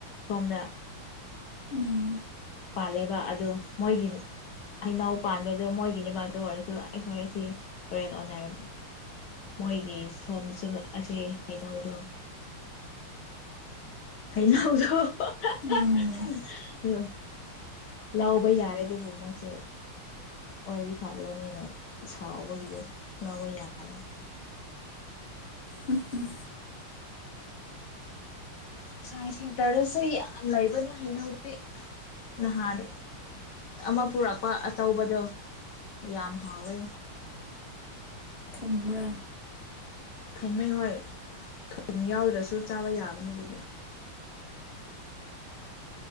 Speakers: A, on the left; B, on the left.
A: ꯁꯣꯝꯅ
B: ꯎꯝ
A: ꯄꯥꯜꯂꯦꯕ ꯑꯗꯨ ꯃꯣꯏꯒꯤ ꯍꯩꯅꯧ ꯄꯥꯟꯕꯗꯣ ꯃꯣꯏꯒꯤ ꯅꯤꯕꯥꯇꯣ ꯑꯣꯏꯔꯁꯨ ꯑꯩꯈꯣꯏꯁꯤ ꯍꯣꯔꯦꯟ ꯑꯣꯟꯅꯔꯦ ꯃꯣꯏꯒꯤ ꯁꯣꯝꯁꯨ ꯑꯁꯤ ꯍꯩꯅꯧꯗꯣ ꯍꯥꯏꯅ ꯍꯗꯣ ꯎ <inaudible> <unintelligible>
B: ꯎꯝ
A: <unintelligible> <unintelligible> ꯂꯕ ꯌꯥꯔꯦ ꯑꯗꯨꯕꯨ ꯃꯣꯏꯁꯦ ꯋꯥꯔꯤ ꯁꯥꯠꯂꯅꯤꯅ ꯁꯥꯎꯕꯒꯤꯗ ꯂꯧꯕ ꯌꯥꯔ
B: ꯎꯝ ꯎꯝ
A: ꯁꯥꯏꯟꯁ ꯁꯦꯟꯇꯔꯗꯁꯨ ꯌꯥꯝ ꯂꯩꯕꯅ ꯍꯥꯏꯩꯅꯧꯗꯤ ꯅꯍꯥꯟ ꯑꯃ ꯄꯨꯔꯛꯄ ꯄꯥ ꯑꯆꯧꯕꯗꯣ ꯌꯥꯝ ꯍꯥꯎꯋꯦ
B: ꯊꯨꯝ꯭ꯔ
A: ꯃ ꯍꯣꯏ ꯊꯨꯝ ꯌꯥꯎꯗ꯭ꯔꯁꯨ ꯆꯥꯕ ꯌꯥꯕꯅꯦ ꯑꯗꯨꯗꯤ